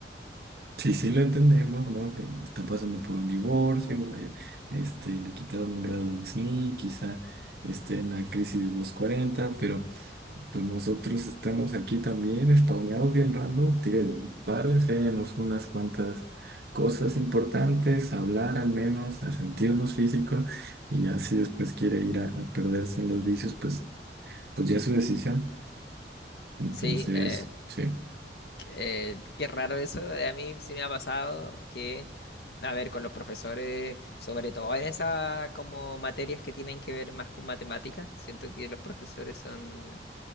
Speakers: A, on the right (about 60°); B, on the left (about 65°).
A: Sí, sí, lo entendemos, ¿no? Que está pasando por un divorcio, vaya, este, le quitaron un grado de SNI, quizá esté en la crisis de los cuarenta pero pues nosotros estamos aquí también, spawneados bien random, tío, paro, enséñanos unas cuantas cosas importantes, hablar al menos, a sentirnos físicos, y ya si después quiere ir a, a perderse en los vicios, pues, pues ya es su decisión. Entonces,
B: Sí, eh,
A: sí,
B: Eh, qué raro eso. eh, A mí sí me ha pasado que, a ver, con los profesores, sobre todo en esas como materias que tienen que ver más con matemáticas, siento que los profesores son,